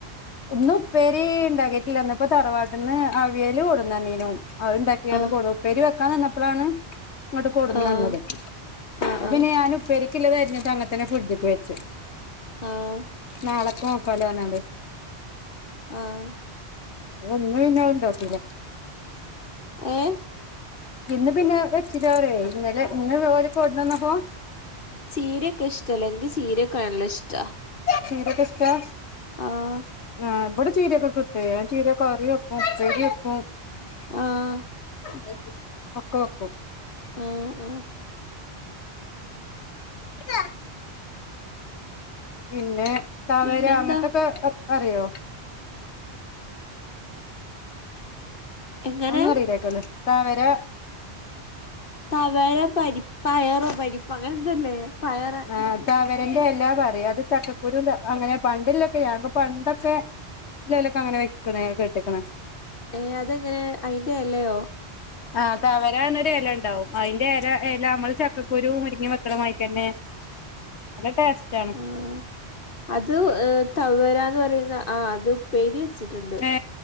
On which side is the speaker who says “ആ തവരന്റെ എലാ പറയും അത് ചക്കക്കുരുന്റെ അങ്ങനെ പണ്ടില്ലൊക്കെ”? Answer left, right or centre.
Left